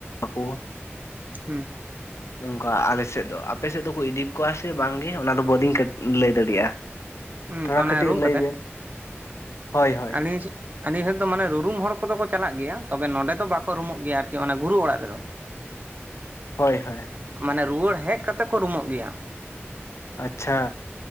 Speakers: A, on the left (about 85°); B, on the right (about 40°).
A: ᱟᱠᱚ
B: ᱦᱮᱸ
A: ᱱᱚᱝᱠᱟ ᱟᱞᱮᱥᱮᱫ ᱫᱚ ᱟᱯᱮᱥᱮᱫ ᱫᱚᱠᱚ ᱤᱫᱤ ᱠᱚᱣᱟ ᱥᱮ ᱵᱟᱝᱜᱮ ᱚᱱᱟ ᱫᱚ ᱵᱟᱹᱞᱤᱧ ᱞᱟᱹᱭ ᱫᱟᱲᱮᱭᱟᱜᱼᱟ
B: ᱦᱮᱸ
A: ᱛᱷᱚᱲᱟ
B: ᱚᱱᱮ
A: ᱠᱟᱹᱴᱤᱡ
B: ᱨᱩᱢ
A: ᱞᱟᱹᱭ ᱵᱤᱱ ᱦᱳᱭ ᱦᱳᱭ
B: <unintelligible> ᱦᱟᱱᱤ ᱦᱚᱲ ᱫᱚ ᱢᱟᱱᱮ ᱨᱩᱨᱩᱢ ᱦᱚᱲ ᱜᱮ ᱟᱠᱚ ᱫᱚ ᱠᱚ ᱪᱟᱞᱟᱜ ᱜᱮᱭᱟ ᱛᱚᱵᱮ ᱱᱚᱸᱰᱮ ᱫᱚ ᱵᱟᱠᱚ ᱨᱩᱢᱩᱜ ᱜᱮᱭᱟ ᱟᱨᱠᱤ ᱚᱱᱟ ᱜᱩᱨᱩ ᱚᱲᱟᱜ ᱨᱮᱫᱚ
A: ᱦᱳᱭ ᱦᱳᱭ ᱦᱳᱭ
B: ᱢᱟᱱᱮ ᱨᱩᱣᱟᱹᱲ ᱦᱮᱡ ᱠᱟᱛᱮᱜ ᱠᱚ ᱨᱩᱢᱚᱜ ᱜᱮᱭᱟ᱾
A: ᱟᱪᱪᱷᱟ